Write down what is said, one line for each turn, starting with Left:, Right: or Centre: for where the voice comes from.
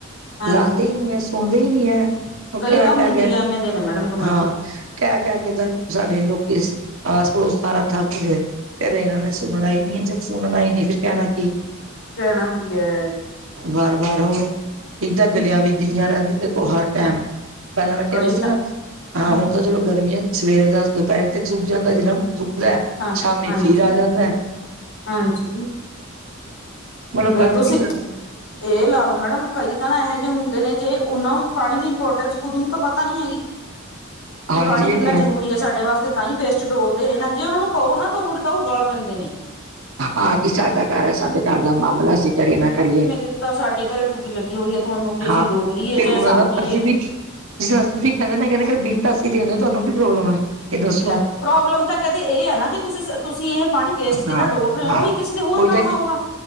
Left: ਹਾਂਜੀ
Right: ਲਾਉਂਦੇ ਹੀ ਨਹੀਂ ਹੈ, ਸੁਣਦੇ ਹੀ ਨਹੀਂ ਹੈ। <unintelligible> ਗਏ,
Left: ਕਈ ਤਾਂ ਹੁੰਦੀ ਐਵੇਂ ਦੇ ਨੇ ਮੈਡਮ ਗਵਾਂਢੀ
Right: ਹਾਂ ਕਹਿ -ਕਹਿ ਕੇ ਤਾਂ ਸਾਡੇ ਲੋਕੀ, ਆਸ-ਪੜੋਸ ਸਾਰਾ ਥੱਕ ਹੀ ਗਏ। ਫਿਰੇ ਇਹਨਾਂ ਨੇ ਸੁਣਨਾ ਹੀ ਨੀ, ਜਦ ਸੁਣਨਾ ਹੀ ਨੀ, ਫਿਰ ਕਹਿਣਾ ਕੀ
Left: ਕਹਿਣਾ ਕਿ ਹੈ
Right: ਵਾਰ- ਵਾਰ, ਹੋਰ! ਇੱਕ ਤਾਂ
Left: ਹਮ
Right: ਗਲੀਆਂ ਵੀ ਗਿੱਲੀਆਂ ਰਹਿੰਦੀ ਦੇਖੋ ਹਰ ਟੈਮ ਪਹਿਲਾਂ ਮੈਂ ਕਹਿ
Left: ਕਈ
Right: ਰਹੀ ਸੀ
Left: ਤਾਂ
Right: ਨਾ, ਹਾਂ!
Left: ਹਮ
Right: ਹੁਣ ਤਾਂ ਚਲੋ ਗਰਮੀਆਂ ਸਵੇਰੇ ਦਸ ਦੁਪਹਿਰੇ ਤੱਕ ਸੁੱਕ ਜਾਂਦਾ ਜਿਦਾ, ਸੁੱਕਦਾ
Left: ਹਾਂ!
Right: ਸ਼ਾਮੀ
Left: ਹਾਂਜੀ,
Right: ਫਿਰ ਆ ਜਾਂਦਾ
Left: ਹਾਂਜੀ
Right: ਮਤਲਬ
Left: ਤੇ
Right: ਬੰਦ
Left: ਤੁਸੀਂ
Right: ਨੀ ਕਰਦੀ।
Left: ਇਹ ਲਾ ਲੋ ਮੈਡਮ ਕਈ ਤਾਂ ਨਾ, ਇਹੋ ਜਿਹੇ ਹੁੰਦੇ ਨੇ ਜੇ ਉਹਨਾਂ ਨੂੰ ਪਾਣੀ ਦੀ ਇੰਪੋਰਟੈਂਸ ਖੁਦ ਨੂੰ ਤਾਂ ਪਤਾ ਨਹੀਂ ਹੈਗੀ, ਕਿ
Right: ਹਾਂਜੀ
Left: ਪਾਣੀ ਕਿੰਨਾ
Right: ਇਹ ਤੇ
Left: ਜ਼ਰੂਰੀ ਹੈ, ਸਾਡੇ ਵਾਸਤੇ ਤਾਂ ਹੀ ਵੇਸਟ ਚ ਡੋਲਦੇ ਨੇ ਨਾ। ਜੇ ਉਹਨਾ ਨੂੰ ਪਓ ਨਾ ਤਾਂ ਉਲਟਾ ਔ ਗਲ ਪੈਂਦੇ ਨੇ
Right: ਹਾਂ ਕਿ ਸਾਡਾ ਘਰ ਹੈ, ਸਾਡੇ ਘਰ ਦਾ ਮਾਮਲਾ ਹੈ, ਅਸੀਂ ਕਰਿਏ ਨਾ ਕਰੀਏ।
Left: ਇਕ ਤਾਂ ਸਾਡੇ ਘਰੇ ਟੂਟੀ ਲੱਗੀ ਹੋਈ ਹੈ। ਤੁਹਾਨੂੰ ਕਿ
Right: ਹਾਂ,
Left: ਅਸੀਂ ਡੋਲੀਏ
Right: ਫਿਰ
Left: ਚਾਹੇ
Right: ਉਹਨਾਂ
Left: ਸਾਂਭੀਏ
Right: ਦਾ ਅਸੀਂ ਵੀ ਜਿਸ ਤਰ੍ਹਾਂ ਅਸੀਂ ਵੀ ਕਹਿੰਦੇ ਨਾ ਕਹਿੰਦੇ ਕੇ ਬਿੱਲ ਤਾਂ ਅਸੀਂ ਦੇਣੇ ਹੈ ਤੁਹਾਨੂੰ ਕਿ ਪ੍ਰੋਬਲਮ ਹੈ? ਇਹ ਦੱਸੋ
Left: ਲੈ! ਪ੍ਰੋਬਲਮ ਤਾਂ ਕਹਿੰਦੇ ਇਹ ਹੈ ਨਾ ਕੇ ਤੁਸੀਂ ਸ ਤੁਸੀਂ ਇਹ ਪਾਣੀ ਵੇਸਟ
Right: ਹਾਂ
Left: ਜਿਦਾਂ ਡੋਲ ਰਹੇ ਹੋ।
Right: ਹਾਂ
Left: ਉਹੀ ਕਿਸੇ ਦੇ ਹੋਰ
Right: ਉਹੀ
Left: ਕੰਮ
Right: ਤਾਂ
Left: ਆਊਗਾ।